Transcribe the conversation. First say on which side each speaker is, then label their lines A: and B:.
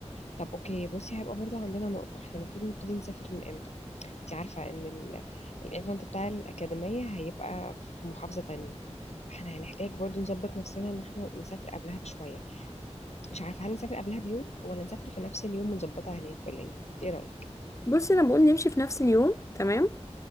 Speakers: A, on the left; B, on the left.
A: طب اوكي بصي هيبقى برضو عندنا نقطه احنا المفروض نبتدي نسافر من امتى انتي عارفه ان ال... الايفنت بتاع الاكاديميه هيبقى في محافظه تانية فاحنا هنحتاج برضو نظبط نفسنا ان احنا نسافر قبلها بشويه مش عارفه هل نسافر قبلها بيوم ولا نسافر في نفس اليوم ونظبطها هناك ولا ايه ايه رايك
B: بصي انا بقول نمشي في نفس اليوم تمام